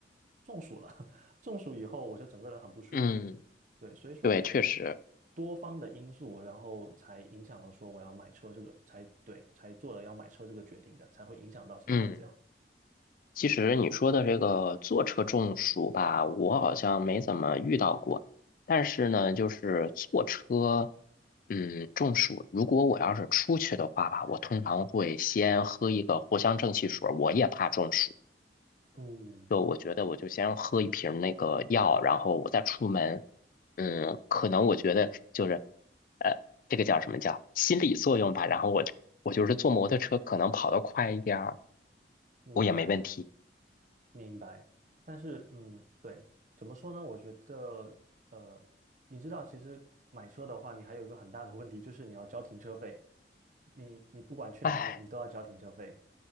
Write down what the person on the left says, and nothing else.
嗯，
对，确实，
嗯。其实你说的这个坐车中暑吧，我好像没怎么遇到过。但是呢，就是坐车，嗯，中暑，如果我要是出去的话吧，我通常会先喝一个藿香正气水儿，我也怕中暑。
就我觉得我就先喝一瓶那个药，然后我再出门。嗯，可能我觉得就是，呃，这个叫什么叫心理作用吧。然后我就我就是坐摩托车，可能跑得快一点儿，
我也没问题。
哎。